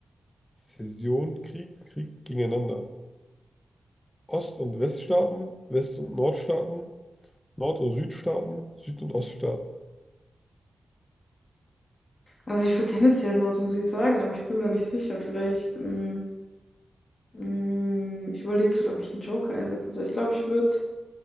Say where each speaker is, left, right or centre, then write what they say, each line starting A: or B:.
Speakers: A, on the left; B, on the left.
A: Sessionkrieg, Krieg gegeneinander? Ost- und Weststaaten, West- und Nordstaaten, Nord- und Südstaaten, Süd- und Oststaaten.
B: Also ich würde tendenziell Nord und Süd sagen, aber ich bin mir da nicht sicher. Vielleicht, mm, mm, ich überlege gerade, ob ich einen Joker einsetzen soll. Ich glaube, ich würde